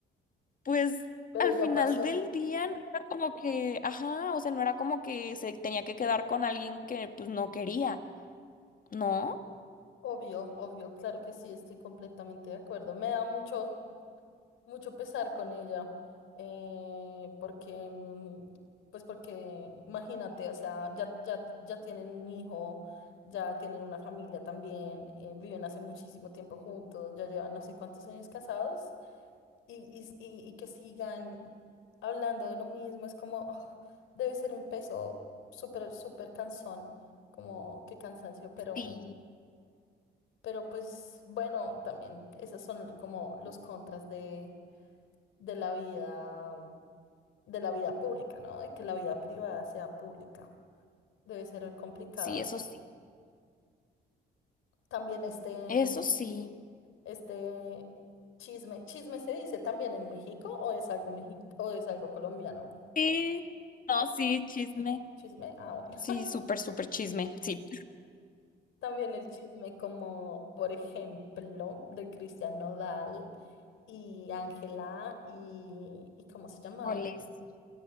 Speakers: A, on the left; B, on the left.
A: pues
B: Pero
A: al final
B: ya pasó,
A: del día no era como que, ajá, o sea, no era como que se tenía que quedar con alguien que pues no quería, ¿no?
B: obvio, obvio, claro que sí, estoy completamente de acuerdo. Me da mucho, mucho pesar con ella, eh, porque, mm, pues porque, imagínate, o sea, ya, ya, ya tienen un hijo, ya tienen una familia también, eh, viven hace muchísimo tiempo juntos, ya llevan no sé cuántos años casados. y, y, y- y que sigan hablando de lo mismo, es como, "Oh, debe ser un peso súper, súper cansón, como qué cansancio, pero,
A: Sí.
B: pero pues bueno, también esos son como los contras de, de la vida, de la vida pública, ¿no? De que la vida privada sea pública, debe ser complicado.
A: Sí, eso sí,
B: También este,
A: eso sí.
B: este chisme, chisme se dice también en México o es algo mexi- o es algo colombiano.
A: Sí, no, sí, chisme.
B: Chisme, ah, bueno.
A: Sí, súper, súper chisme, sí.
B: También el chisme como, por ejemplo, de Cristian Nodal y Ángela y, y ¿cómo se llamaba?
A: Híjole, sí.